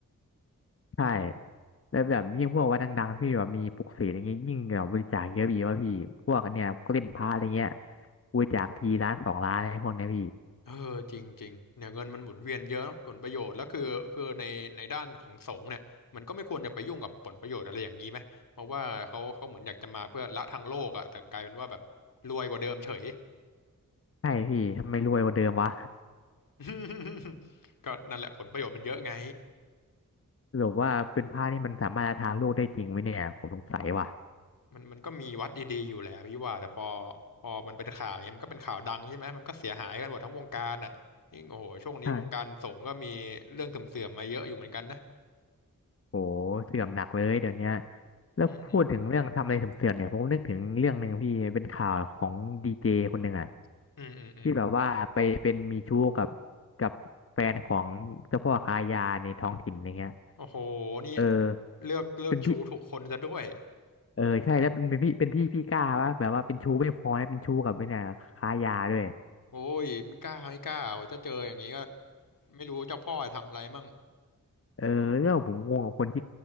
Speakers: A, on the left; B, on the left.
A: ใช่
B: อืม
A: แล้วแบบยิ่งพวกวัดดังๆที่แบบมีปลุกเสกอย่างเงี้ยยิ่งแบบบริจาคเยอะพี่ว่าพี่พวกอันเนี้ยพวกเล่นพระอะไรเงี้ยบริจาคทีล้านสองล้านอะไรพวกเนี้ยพี่
B: เออจริงจริงเนี่ยเงินมันหมุนเวียนเยอะผลประโยชน์แล้วคือคือในในด้านของสงฆ์เนี่ยมันก็ไม่ควรจะไปยุ่งกับผลประโยชน์อะไรอย่างนี้ไหมเพราะว่าเขาเขาเหมือนอยากจะมาเพื่อละทางโลกอะแต่กลายเป็นว่าแบบรวยกว่าเดิมเฉย
A: ใช่พี่ทำไมรวยกว่าเดิมวะ
B: <laughs> ก็นั่นแหละผลประโยชน์มันเยอะไง
A: หรือว่าเป็นผ้าที่มันสามารถจะทานโลกได้จริงไหมเนี่ยผมสงสัยว่ะ
B: มันมันก็มีวัดดีๆอยู่แหละพี่ว่าแต่พอพอมันเป็นข่าวเนี่ยมันก็เป็นข่าวดังใช่ไหมมันก็เสียหายกันหมดทั้งวงการน่ะยิ่งโอ้โหช่วงนี้วงการสงฆ์ก็มีเรื่องเสื่อมๆมาเยอะอยู่เหมือนกันนะ
A: ใช่โหเสื่อมหนักเลยเดี๋ยวเนี้ยแล้วพูดถึงเรื่องทำอะไรเสื่อมๆเนี่ยผมนึกถึงเรื่องหนึ่งพี่เป็นข่าวของดีเจคนหนึ่งอะ
B: อืมอืมอืมอืม
A: ที่แบบว่าไปเป็นมีชู้กับกับแฟนของเจ้าพ่อค้ายาในท้องถิ่นอะไรเงี้ย
B: โอ้โหนี่
A: เออ
B: เลือกเลือกชู้ถูกคนซะด้วย
A: เป็นพี่เออใช่แล้วเป็นเป็นพี่เป็นพี่พี่กล้าว่าแบบว่าเป็นชู้ไม่พอแล้วเป็นชู้กับไอ้เนี่ยค้ายาด้วย
B: โอ้ยไม่กล้าไม่กล้าว่าจะเจออย่างนี้ก็ไม่รู้เจ้าพ่อทำอะไรมั่ง
A: เออเนี่ยผมงงกับคนที่